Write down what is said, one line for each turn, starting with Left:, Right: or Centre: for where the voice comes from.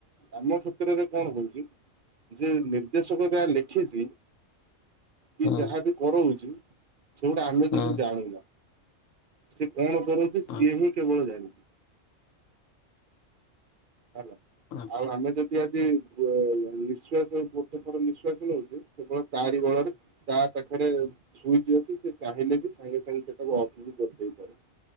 Right: ଆମ କ୍ଷେତ୍ରରେ କଣ କହୁଛି ଯେ ନିର୍ଦ୍ଦେଶକ ଯାହା ଲେଖିଛି କି
Left: ହୁଁ
Right: ଯାହା ବି କରଉଛି ସେଗୁଡ଼ା ଆମେ
Left: ହୁଁ
Right: କିଛି ଜାଣୁନା ସେ କଣ କରୁଛି ସିଏ
Left: ଆଚ୍ଛା
Right: ହିଁ କେବଳ ଜାଣି ହେଲା
Left: ଆଚ୍ଛା।
Right: ଆଉ ଆମେ ଯଦି ଇତ୍ୟାଦି ନିଶ୍ଵାସ ଗୋଟେ ଥର ନିଶ୍ଵାସ ନଉଛି କେବଳ ତାରି ବଳରେ ତା ପାଖରେ ସୁଇଚ ଅଛି ସେ ଚାହିଁଲେ ବି ସାଙ୍ଗେ ସାଙ୍ଗେ ସେଟାକୁ ଅଫ୍ ବି କରିଦେଇପାରେ